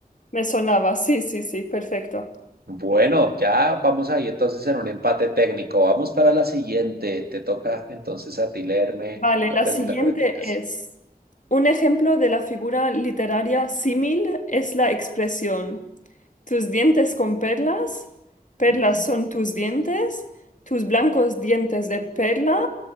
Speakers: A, on the left (about 55°); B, on the right (about 80°).
A: me sonaba, sí, sí, sí, perfecto.
B: Bueno, ya vamos ahí entonces en un empate técnico. Vamos para la siguiente. Te toca entonces a ti leerme
A: Vale,
B: la
A: la
B: pregunta
A: siguiente
B: que me tengas.
A: es, un ejemplo de la figura literaria símil es la expresión, tus dientes con perlas, perlas
B: Ujú.
A: son tus dientes, tus blancos dientes de perla,